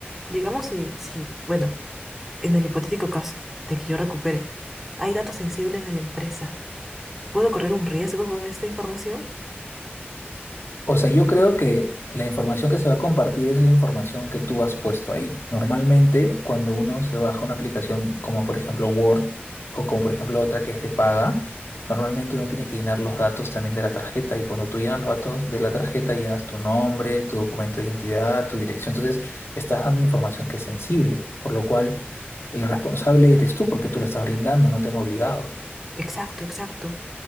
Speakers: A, in the centre; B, on the left.
A: Digamos si, si, bueno, en el hipotético caso de que yo recupere, hay datos sensibles de la empresa. ¿Puedo correr un riesgo con esta información?
B: O sea, yo creo que la información que se va a compartir es la información que tú has puesto ahí. Normalmente, cuando uno se baja una aplicación como por ejemplo Word o como por ejemplo otra que es de paga, normalmente uno tiene que llenar los datos también de la tarjeta y cuando tú llenas los datos de la tarjeta, llenas tu nombre, tu documento de identidad, tu dirección. Entonces, estás dando información que es sensible, por lo cual el responsable eres tú porque tú la estás brindando, no te han obligado.
A: Exacto, exacto.